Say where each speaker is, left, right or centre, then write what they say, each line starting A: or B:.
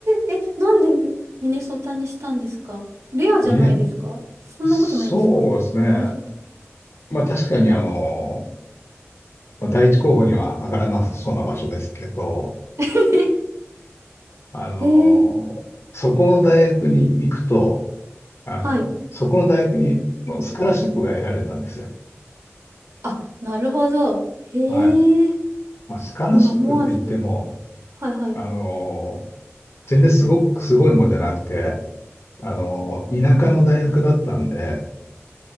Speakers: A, on the right; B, on the left.
A: え、え、なんでミ、ミネソタにしたんですかレアじゃないですかそんなことないんですかミネソタ。
B: ミネ、そうですね。まあ確かにあの、まあ第一候補には上がらなさそうな場所ですけど、
A: <laughs>
B: あの、
A: へえ、
B: そこの大学に行くと、あの、
A: はい。
B: そこの大学にのスカラシップが得られたんですよ。
A: あ、なるほど。へえ、
B: はい。まあ、スカラシップって言っても、
A: 今思わず、はいはい。
B: あの、全然すごく、すごいもんじゃなくて、あの、田舎の大学だったんで、
A: えー